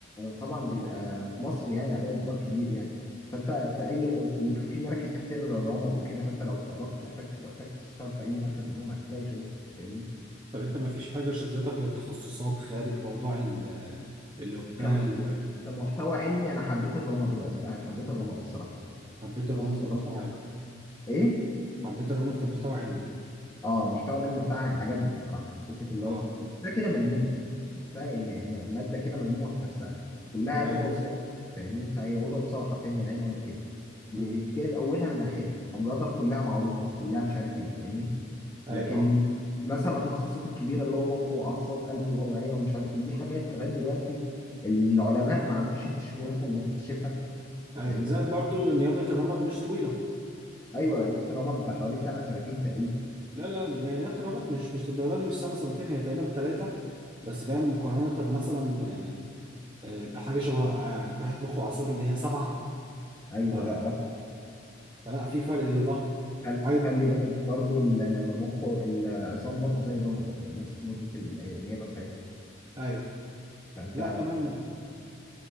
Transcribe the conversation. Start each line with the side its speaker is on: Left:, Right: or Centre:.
Left: طبعا بيبقى في مصر يعني عليه اقبال كبير يعني فانت في اي وفي في مراكز كتير للرمض وكده فانت لو اتخرجت محتاج محتاج تشتغل في اي مركز منهم هتلاقي شغل فاهمني
Right: طب انت ما فيش حاجة شدتك للتخصصات خارج موضوع ال- الإقبال
Left: كمحت... كمحتوى علمي انا حبيت الرمض والعز... آه، حبيت الرمض الصراحه يعني
Right: وحبيت الرمد
Left: تخصص
Right: كمحتوى
Left: الرمض كان
Right: علمي
Left: ايه
Right: حبيت الرمد كمحتوى علمي
Left: اه المحتوى العلمي بتاعي عجبني الصراحه يعني فكره اللي
Right: اه
Left: هو بتحسها كده ملمومه بتحسها يعني الماده كده ملمومه في نفسها كلها
Right: تمام
Left: اوضه وصاله فاهمني انت هي اوضه وصاله حرفيا العين قد كده جايب
Right: مم.
Left: اولها من اخرها امراضها كلها معروفه كلها مش عارف ايه فاهمني
Right: ايوه
Left: لكن
Right: اه
Left: مثلا التخصصات الكبيره اللي هو مخ واعصاب قلب واوعيه ومش عارف ايه دي حاجات لغايه دلوقتي العلماء ما عرفوش يكتشفوها اللي تكتشفها
Right: ايوه
Left: فاهمني
Right: زائد برضو نيابة الرمد مش طويلة
Left: ايوه رمض ده حوالي سنه سنتين تقريبا
Right: لا لا يعني نيابة الرمد مش مش للدرجة دي مش سنة سنتين هي تقريبا ثلاثة بس فاهم مقارنة مثلا آه، آه، بحاجة شبه آه، جراحة مخ وأعصاب اللي هي سبعة
Left: ايوه
Right: ف...
Left: را- را-
Right: فلا في فرق ضخم
Left: خل-
Right: عايز
Left: خلي بالك برضه المخ العظام برضه زي الرمد يعني نفس مده النيابه بتاعتها
Right: ايوه
Left: فانت
Right: لا تمام